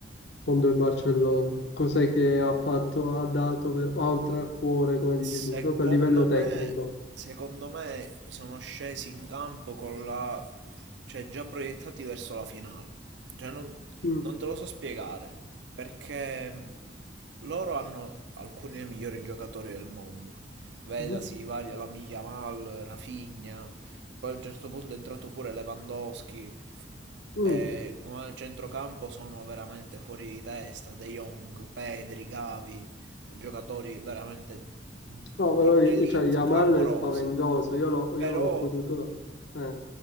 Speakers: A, on the left (about 65°); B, on the right (about 70°).
A: contro il Barcellona? Cos'è che ha fatto, ha dato per- oltre al cuore, come dici
B: Secondo
A: tu, proprio a livello
B: me,
A: tecnico?
B: secondo me sono scesi in campo con la... cioè già proiettati verso la finale. Cioè non,
A: Mm,
B: non te lo so spiegare, perché mh, loro hanno alcuni dei migliori giocatori del mondo. Vedasi
A: mhm,
B: i vari Lamine Yamal, Rafinha, e poi a un certo punto è entrato pure Lewandowski.
A: mm.
B: E come al centrocampo sono veramente fuori di testa, De Jong, Pedri, Gavi giocatori veramente
A: No, però,
B: di un'elite
A: cioè, Yamal
B: clamorosa.
A: è spaventoso, io l'ho
B: Però,
A: io ho potuto... eh,